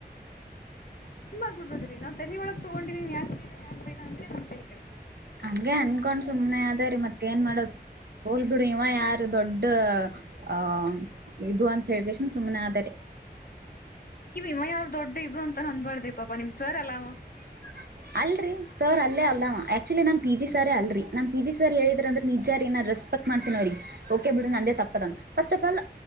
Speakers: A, on the left; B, on the right.
A: ತುಂಬಾುಡದೀ ನವು ತ ಒಳ ತಗೊಂಡಿವೀ ನೀನ್ ಯಾಕ್ ಬೈಾ ಯಾಕ್ ಬೈದ ಅ್ರೆ ನ
B: ಹಂಗೆ ಅನ್ಕೊಂಡ್ ಸುಮ್ನೆ ಅದೇರಿ ಮತ್ತೆ ಏನ್ ಮಾಡೋದು ಹೋಲ್ ಬಿಡು ಇವ ಯಾರು ದೊಡ್ಡ ಹ ಇದು ಅಂತ ಹೇಳಿದೇಶನ್ ಸುಮ್ನೆ ಆದಾರೆ
A: ನೀವ್ ವಿಮ ಯಾರ ದೊಡ್ಡ ಇದು ಅಂತ ನಂದನ್ಬಾಡ್ದ್ರಿ ಪಾಪಾ ನಿಮ್ ಸರ್ ಅಲ್ಲ
B: ಹ ಅಲ್ರರಿ ಸರ್ ಅಲ್ಲೇ ಅಲ್ಲ ಆಕ್ಚುಲಿ ನಾನ್ ಪಿ ಜಿ ಸರ್ೇ ಅಲ್ರಿ ನನ್ ಪಿ ಜಿ ಸರ್ ಹೇಳಿದ್ರ ಅಂದ್ರ ನಿಜಾರ್ ಏನಾದ್ರೆಸ್ ಎ ಮಾಡ್ತೆ ಬಿ ನಂದ ತಪ್ಪ ಫಸ್ಟ್ ಆಫ್ ಆಲ್